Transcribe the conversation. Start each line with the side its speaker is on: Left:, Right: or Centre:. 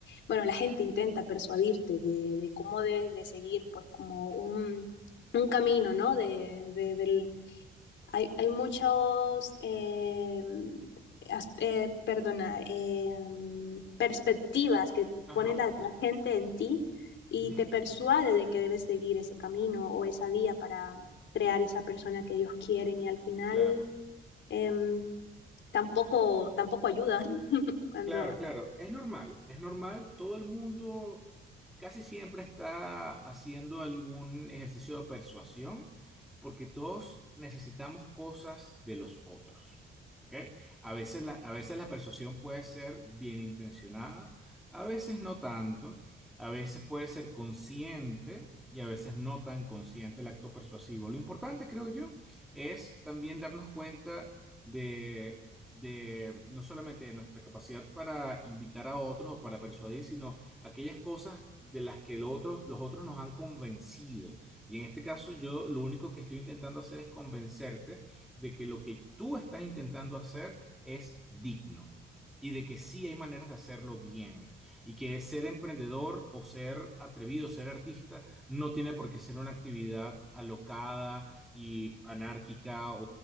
Left: bueno, la gente intenta persuadirte de, de cómo debes de seguir, pues como un, un camino, ¿no? De, de- del- hay, hay muchos, eh, as- eh, perdona, em, perspectivas que
Centre: Ajá.
Left: pone la demás gente en ti y
Centre: ujú.
Left: te persuade de que debes seguir ese camino o esa vía para crear esa persona que ellos quieren y al final
Centre: Claro,
Left: em, tampoco, tampoco ayuda <laughs> cuando...
Centre: claro, claro. Es normal, es normal. Todo el mundo casi siempre está haciendo algún ejercicio de persuasión porque todos necesitamos cosas de los otros. ¿Ok? A veces la, a veces la persuasión puede ser bien intencionada, a veces no tanto, a veces puede ser consciente y a veces no tan consciente el acto persuasivo. Lo importante, creo yo, es también darnos cuenta de de no solamente de nuestra capacidad para invitar a otros o para persuadir, sino aquellas cosas de las que los otros los otros nos han convencido. Y en este caso yo lo único que estoy intentando hacer es convencerte de que lo que tú estás intentando hacer es digno. Y de que sí hay maneras de hacerlo bien. Y que ser emprendedor o ser atrevido, ser artista, no tiene por qué ser una actividad alocada, y anárquica o,